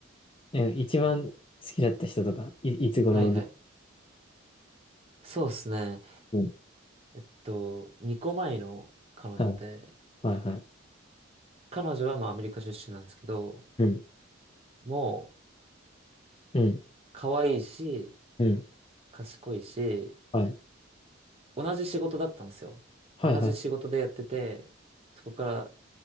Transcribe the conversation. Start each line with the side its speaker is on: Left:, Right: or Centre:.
Left: え、一番好きだった人とか、い、いつ頃で、
Right: はいはい。そうですね。
Left: うん。
Right: えっと、2個前の彼女で、
Left: はい、はい、はい。
Right: 彼女はまあアメリカ出身なんですけど、
Left: うん、
Right: もう
Left: うん、
Right: 可愛いし、
Left: うん。
Right: 賢いし、
Left: はい、
Right: 同じ仕事だったんですよ。
Left: はい、
Right: 同じ仕事でやってて、
Left: はい。
Right: そこから